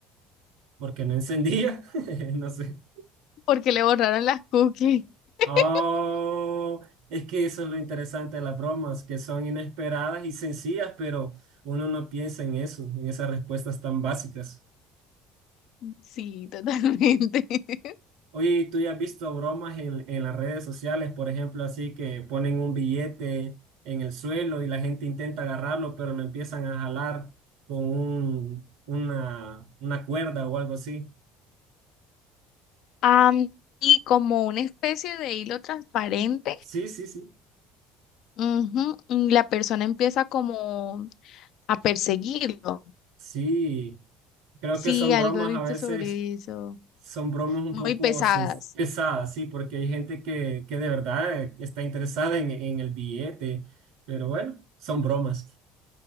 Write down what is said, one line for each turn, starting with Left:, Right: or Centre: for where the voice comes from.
Right: porque no encendía, <laughs> no sé.
Left: Porque le borraron las cookies. <laughs>
Right: Oh, es que eso es lo interesante de las bromas, que son inesperadas y sencillas, pero uno no piensa en eso, en esas respuestas tan básicas.
Left: Sí, totalmente. <laughs>
Right: Oye, ¿y ¿tú ya has visto bromas en, en las redes sociales, por ejemplo, así que ponen un billete en el suelo y la gente intenta agarrarlo, pero lo empiezan a jalar con un, una, una cuerda o algo así?
Left: Am, y como una especie de hilo transparente,
Right: Sí, sí, sí.
Left: ujú, y la persona empieza como a perseguirlo.
Right: Sí, creo
Left: Sí,
Right: que son
Left: algo
Right: bromas
Left: he visto
Right: a veces,
Left: sobre eso.
Right: son bromas un
Left: Muy
Right: poco
Left: pesadas.
Right: sen- pesadas, sí, porque hay gente que, que de verdad eh, está interesada en, en el billete, pero bueno, son bromas.